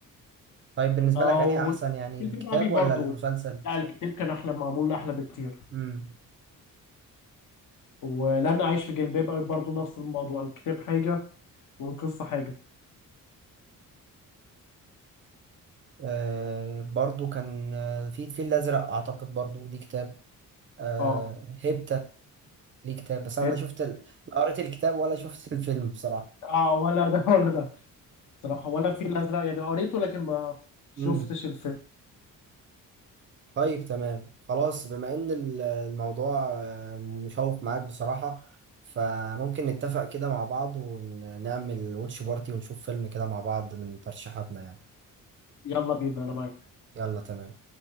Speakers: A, on the right; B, on the left.
A: طيب بالنسبه
B: اه
A: لك انهي احسن يعني الكتاب
B: والجلباب ابي برضو
A: ولا المسلسل
B: لا الكتاب كان احلى معمول احلى بكتير
A: امم
B: ولن اعيش في جلباب ابي برضو نفس الموضوع الكتاب حاجة والقصة حاجة
A: آه برضو كان آه، في الفيل الازرق اعتقد برضو ليه كتاب آه
B: اه
A: هيبتا ليه كتاب بس انا
B: هي-
A: لا شفت ال... لا قريت الكتاب ولا شفت <laughs> الفيلم بصراحه
B: اه ولا ده ولا ده صراحة ولا في الازرق يعني قريته لكن ما شفتش
A: امم
B: الفيلم
A: طيب تمام خلاص بما ان ال- الموضوع آه، مشوق معاك بصراحة فممكن نتفق كده مع بعض ونعمل واتش بارتي ونشوف فيلم كده مع بعض من ترشيحاتنا يعني
B: يلا بينا انا معاك
A: يلا تمام